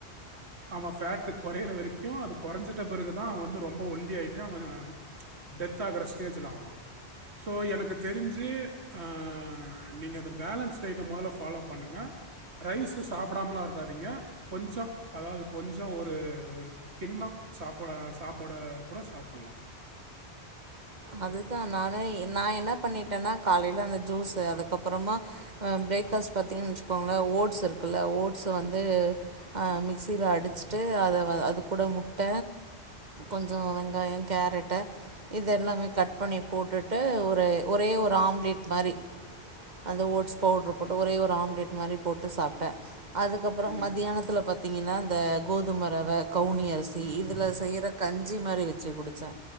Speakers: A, on the right; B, on the right.
A: ஆமா பேட்டு கொறையுற வரைக்கு அது கொரஞ்சுட்டா பெறகுதா அவ வந்து ரொம்ப ஒல்லி ஆய்ட்டு ஆ டெத் ஆகுற ஸ்டேஜ்லா ஆவா சோ எனக்கு தெருஞ் அஹ் நீங்க அந்த பேலன்ஸ் டேட்ட ஃபால்லோ பண்ணுங்க ரைஸு சாப்டாமலா இருக்காதீங்க கொஞ்சொ அதாவ்து கொஞ்சொ ஒரு கிண்ணோ சாப்ப சாப்பாட கூட சாப்பிட்லா
B: அதுதா நானு நா என்ன பண்ணிட்டேன்னா காலையில அந்த ஜூஸு அதுக்கப்பறமா பிரேக்ஃபாஸ்ட் பார்த்தீங்னு வச்சக்கோங்களே ஓட்ஸ் இருக்குல்ல ஓட்ஸு வந்து அ மிக்ஸியில அடுச்சிட்டு அத வ அதுகூட முட்ட கொஞ்ச வெங்காயோ கேரட்டை இது எல்லாமே கட் பண்ணி போட்டுட்டு ஒரு ஒரே ஒரு ஆம்லேட் மாரி அது ஓட்ஸ் பவுட்ரு போட்டு ஒரே ஒரு ஆம்லேட் மாரி போட்டு சாப்ட்டே அதுக்கப்புறோ
A: ம்
B: மத்தியானத்துல பாத்தீங்கன்னா இந்த கோதும ரவ கவுனி அரிசி இதுல செய்யற கஞ்சி மாரி வச்சு குடிச்சே